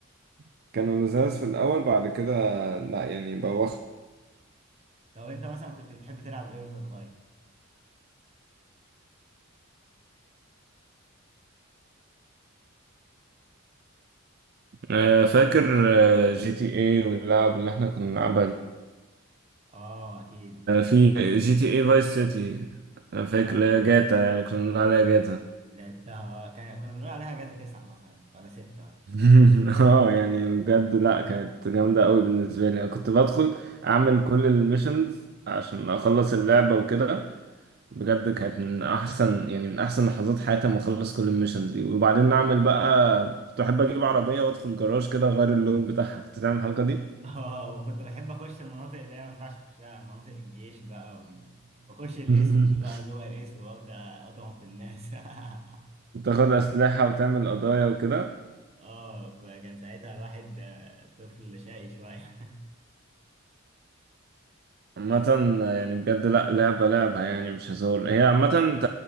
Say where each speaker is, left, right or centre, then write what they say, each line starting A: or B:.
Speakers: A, on the right; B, on the right.
A: <laughs> كانوا لزاز في الأول بعد كده لا يعني بوخ
B: طب انت مثلا كنت بتحب تلعب ايه وانت صغير
A: آه، فاكر آه، جي تي اي واللعب اللي احنا كنا بنلعبها دي؟
B: اه اكيد
A: آه، في جي تي اي فايس سيتي انا فاكر
B: اه
A: لا جاتا يعني كنا بنلعب عليها جاتا
B: لعبتها اه كان كنا بنقول عليها جاتا تسعة مثلا ولا ستة ولا مش
A: <laughs>
B: فاكر
A: اه يعني بجد لا كانت جامدة قوي بالنسبة لي انا كنت بدخل اعمل كل الميشنز عشان اخلص اللعبة وكده بجد كانت من احسن يعني من احسن لحظات حياتي لما اخلص كل الميشنز دي وبعدين نعمل بقى كنت احب اجيب عربية وادخل جراج كده اغير اللون بتاعها كنت تعمل الحركة دي
B: <laughs> اه وكنت بحب اخش المناطق اللي هي ما ينفعش اخشها مناطق الجيش بقى و- واخش الاسم
A: <laughs>
B: بقى جوه الاسم وابدا اضرب في الناس <laughs>
A: تاخد أسلحة وتعمل قضايا وكده
B: اه ك- كان ساعتها الواحد آه، طفل شقي شوية
A: عامة يعني بجد لأ لعبة لعبة يعني مش هزار هي عامة أنت